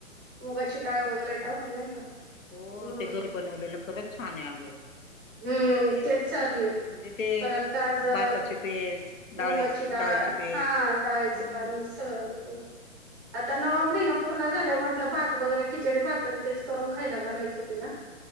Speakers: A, on the right; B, on the left.
A: मुंगाची शिडाळ वगैरे टाकून
B: हो
A: नाही का हम्म..
B: हो ते घरी बनवलेलं खरंच छान आहे अगं
A: हम्म
B: मस्त आहे
A: तेच चालू आहे
B: म्हणजे ते
A: परत गाजर
B: भाताचे पेज डाळीचे
A: मुगाची डाळ
B: डाळीचे पेज
A: हा डाळीचं
B: हम्म
A: पाणी सगळच तेच आता नववा
B: हो.
A: महिना पूर्ण झाले म्हण आप भात वगैरे खिचडी भात तेच करून खायला घालायचं तिला